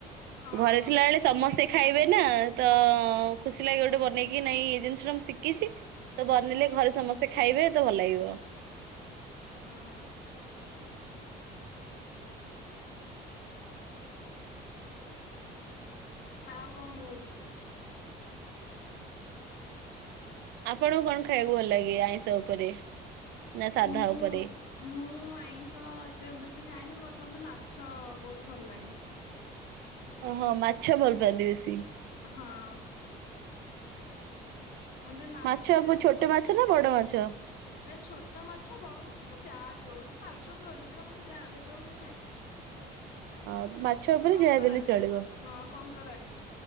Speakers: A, on the left (about 70°); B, on the right (about 80°).
A: ହଁ
B: ଘରେ ଥିଲା
A: ଏକା
B: ବେଳେ ସମସ୍ତେ
A: ହୁଁ।
B: ଖାଇବେ ନା ତ ଖୁସି ଲାଗେ ଗୋଟେ ବନେଇକି ନାଇଁ ଏଇ ଜିନିଷ ଟା ମୁଁ ଶିଖିଛି ତ ବନେଇଲେ ଘରେ ସମସ୍ତେ ସେ ଖାଇବେ ତ ଭଲ ଲାଗିବ।
A: ହଁ ଆଉ କଣ କରୁଛନ୍ତି?
B: ଆପଣଙ୍କୁ କଣ ଖାଇବାକୁ ଭଲ ଲାଗେ ଆଇଁଷ ଉପରେ ନା ସାଧା
A: ମୁଁ
B: ଉପରେ?
A: ମୁଁ ଆଇଁଷ ଏତେ ବେଶୀ ଖାଏନି ବଟ ମତେ ମାଛ ବହୁତ ଭଲ ଲାଗେ।
B: ଓହୋ ମାଛ ଭଲ ପାଆନ୍ତି ବେଶୀ।
A: ହଁ ମତେ ମାଛରେ
B: ମାଛ
A: ଆପଣ
B: ଛୋଟ ମାଛ ନା ବଡ ମାଛ?
A: ନାଇଁ ଛୋଟ ମାଛ ବଡ ମାଛ ସେ ଯାହା ବି ହଉ ସେ ମାଛ ବି ହଉ ଯେତେବେଳେ ମତେ ଯାହା ଦେଇଦବ ମୁଁ ଖାଇଦବି।
B: ହଁ ମାଛ ଉପରେ
A: କଙ୍କରା
B: ଯାହା ବି ହେଲେ ଚଳିବ।
A: ହଁ କଙ୍କରା ବି।